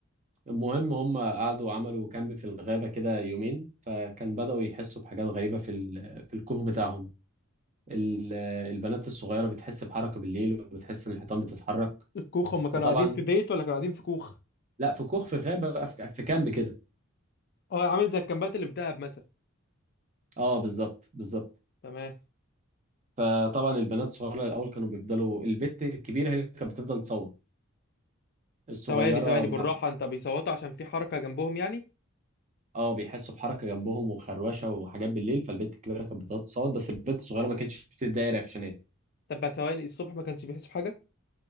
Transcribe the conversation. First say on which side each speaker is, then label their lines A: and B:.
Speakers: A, on the right (about 35°); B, on the left (about 45°).
A: المهم هم قعدوا عملوا كامب في الغابة كده يومين فكان بدأوا يحسوا بحاجات غريبة في ال- في الكوخ بتاعهم ال- آه، البنات الصغيرة بتحس بحركة بالليل وبتحس إن الحيطان بتتحرك
B: الكوخ هم كانوا
A: فطبعا
B: قاعدين في بيت ولا كانوا قاعدين في كوخ
A: لا في كوخ في الغابه بقى في في كامب كده
B: اه عامل زي الكامبات اللي في دهب مثلا
A: اه بالظبط بالظبط
B: تمام
A: فطبعا البنات الصغيره الاول كانوا بيفضلوا البت الكبيره هي اللي كانت بتفضل تصوت الصغيره
B: ثواني ثواني
A: ما
B: بالراحة انت بيصوتوا عشان في حركة جنبهم يعني
A: اه بيحسوا بحركه جنبهم وخروشه وحاجات بالليل فالبت الكبيره كانت بتفضل تصوت بس البت الصغيره ما كانتش بتدي أي رياكشنات
B: طب بقى ثواني الصبح ما كانش بيحسوا حاجة